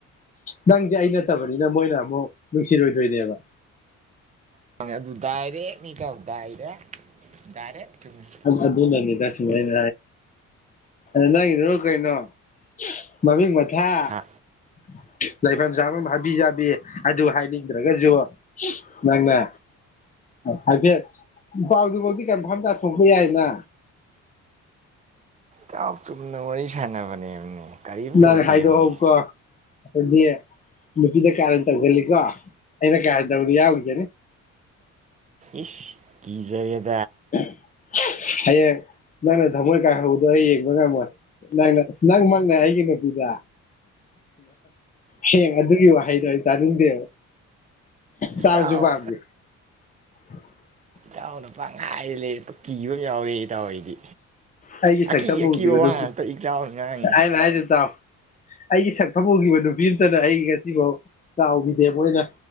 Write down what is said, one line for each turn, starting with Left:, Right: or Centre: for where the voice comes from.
Left: ꯅꯪꯁꯦ ꯑꯩ ꯅꯠꯇꯕꯅꯤꯅ ꯃꯣꯏꯅ ꯑꯃꯨꯛ ꯅꯨꯡꯁꯤꯔꯣꯏꯗꯣꯏꯅꯦꯕ
Right: ꯑꯗꯨ ꯗꯥꯏꯔꯦꯛꯅꯤ ꯏꯇꯥꯎ ꯗꯥꯏꯔꯦꯛ ꯗꯥꯏꯔꯦꯛ ꯆꯨꯝꯃꯤ
Left: ꯑꯗꯨꯅꯅꯤꯗ <unintelligible> <unintelligible> <unintelligible> ꯀꯩꯅꯣ ꯃꯃꯤꯡ ꯃꯊꯥ
Right: ꯍꯥ
Left: <unintelligible> ꯍꯥꯕꯤ ꯆꯕꯤ ꯑꯗꯨ ꯍꯥꯏꯅꯤꯡꯗ꯭ꯔꯒꯁꯨ ꯅꯪꯅ ꯍꯥꯏꯐꯦꯠ ꯄꯥꯎꯗꯨꯐꯥꯎꯗꯤ ꯀꯟꯐꯥꯝ ꯇꯥ <unintelligible> ꯌꯥꯏꯅ
Right: ꯆꯥꯎ ꯆꯨꯝꯅ ꯋꯥꯔꯤ ꯁꯥꯟꯅꯕꯅꯦꯃꯤ ꯀꯔꯤꯝ
Left: ꯅꯪ
Right: ꯇꯧꯗꯦꯝꯅꯤ
Left: ꯍꯥꯏꯗꯣꯛꯍꯧꯀꯣ ꯑꯗꯨꯗꯤ ꯅꯨꯄꯤꯗ ꯀꯌꯥ ꯇꯧꯁꯤꯜꯂꯤꯀꯣ ꯑꯩꯅ ꯀꯌꯥ ꯇꯧꯗ ꯌꯥꯎꯒꯤꯖꯅꯤ
Right: ꯏꯁ ꯀꯤꯖ <unintelligible>
Left: <unintelligible> ꯍꯌꯦꯡ ꯅꯪꯅ ꯊꯝꯃꯣꯏ ꯀꯥꯡꯍꯧꯗꯣ ꯑꯩ ꯌꯦꯡꯕ ꯉꯝꯃꯣꯏ ꯅꯪ ꯅꯪꯃꯛꯅ ꯑꯩꯒꯤ ꯅꯨꯄꯤꯗ ꯍꯦ ꯑꯗꯨꯒꯤ ꯋꯥ ꯍꯥꯏꯅ ꯇꯥꯅꯤꯡꯗꯦꯕ ꯇꯥꯕꯁꯨ
Right: ꯏꯗ ꯑꯣ
Left: ꯄꯥꯝꯗꯦ <inaudible>
Right: ꯌꯥꯎꯅ ꯄꯉꯥꯏꯔꯂꯦ ꯀꯤꯕ ꯌꯥꯎꯔꯦ ꯇꯥꯎꯗꯤ
Left: ꯑꯩꯒꯤ ꯁꯛꯇꯝ
Right: ꯑꯀꯤ
Left: ꯎꯈꯤꯕ
Right: ꯑꯀꯤꯕ
Left: ꯅꯨꯄꯤ
Right: ꯋꯥ ꯉꯥꯛꯇ ꯏꯇꯥꯎ ꯉꯥꯡꯉꯤ
Left: ꯑꯩꯅ ꯍꯥꯏꯁꯦ ꯇꯥꯎ ꯑꯩꯒꯤ ꯁꯛꯐꯝ ꯎꯈꯤꯕ ꯅꯨꯄꯤ ꯑꯃꯇꯅ ꯑꯩ ꯉꯁꯤꯐꯥꯎ ꯀꯥꯎꯈꯤꯗꯦ ꯃꯣꯏꯅ